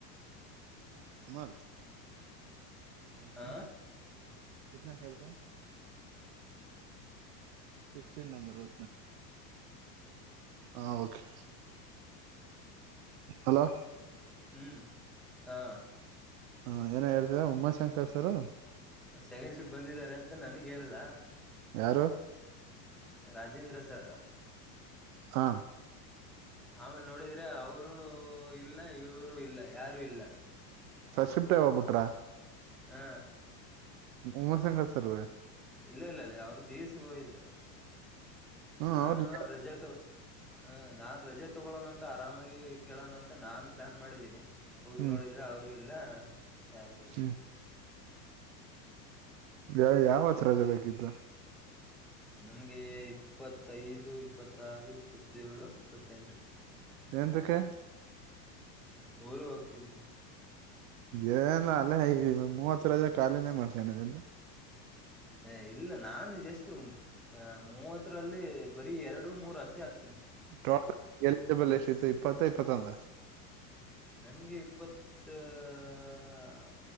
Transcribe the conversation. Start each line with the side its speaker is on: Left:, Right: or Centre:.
Right: <unintelligible> <unintelligible>
Centre: ಹ
Right: ಇದನ್ನ ಯಾಕ್ ಹೇಳದೆ ಸಿಕ್ಸ್ಟನ ನಂಬರ್ <inaudible> ಹ ಓಕೆ ಅಲೋ
Centre: ಹ್ಮ್ <inaudible> ಹಾ
Right: ಹ ಏನ ಹೇಳ್ತದೆ ಉಮಾಶಂಕರ್ ಸರು.
Centre: ಸೆಕೆಂಡ್ ಶಿಫ್ಟ್ ಬಂದಿದ್ದಾರೆ ಅಂತ ನನಗ್ ಹೇಳಲ್ಲ.
Right: ಯಾರು
Centre: ರಾಜೇಂದ್ರ ಸರ್..
Right: ಹಾ
Centre: ಆಮೇಲ್ ನೋಡಿದ್ರೆ ಅವರೂ ಇಲ್ಲ ಇವರು ಇಲ್ಲ ಯಾರು ಇಲ್ಲ.
Right: ರಸಿಪ್ಟೆ ಹೋಗ್ಬುಟ್ರಾ.
Centre: ಹೇ
Right: ಉಮಾಶಂಕರ್ ಸರ್ವ.
Centre: ಇಲ್ಲ ಇಲ್ಲ ಇಲ್ಲ ಯಾವ್ರ್ ಜೀಸಿ ಹೋಗಿದ್ರು
Right: ಹ್ಮ್
Centre: ನಾನು
Right: ಅವ್ರು
Centre: ರಜಾ ತೊ ಹ ನಾನ್ ರಜೆ ತಗೊಳ್ಳೋಣ ಅಂತ ಆರಾಮಾಗಿ ಕೇಳೋಣ ಅಂತ ನಾನ್ ಪ್ಲಾನ್ ಮಾಡಿದೀನಿ. ಹೋಗಿ
Right: ಹ್ಮ್
Centre: ನೋಡಿದ್ರೆ ಅವ್ರು ಇಲ್ಲ ಯಾರು ಇಲ್ಲ.
Right: ಹ್ಮ್ ಯ ಯಾವತ್ ರಜೆ ಬೇಕಿತ್ತು.
Centre: ನನ್ಗೆ ಇಪ್ಪತ್ತೈದು ಇಪ್ಪತ್ತಾರು ಇಪ್ಪತ್ತೇಳು ಇಪ್ಪತ್ತೆಂಟು.
Right: ಎಂತುಕೆ.
Centre: ಊರ್ಗೆ ಹೋಗ್ತಿದ್ದೀನಿ.
Right: ಏನಿಲ್ಲ ಅಲ್ಲೇ ಮೂವತ್ ರಜ ಖಾಲಿನೇ ಮಾಡ್ಕೊಂಡಿನ್.
Centre: ಹೆ ಇಲ್ಲ ನಾನು ಜಸ್ಟ್ ಮೂವತ್ರಲ್ಲಿ ಬರೀ ಎರಡು ಮೂರು ಅಷ್ಟೇ ಆಗ್
Right: ಟ್ರೋಲಿ ಎಲಿಜಿಬಲ್ ಎಷ್ಟಿತ್ತು ಇಪ್ಪತ್ತ ಇಪ್ಪತ್ತೊಂದ.
Centre: ನನ್ಗೆ ಇಪ್ಪತ್ತ ಆಆ.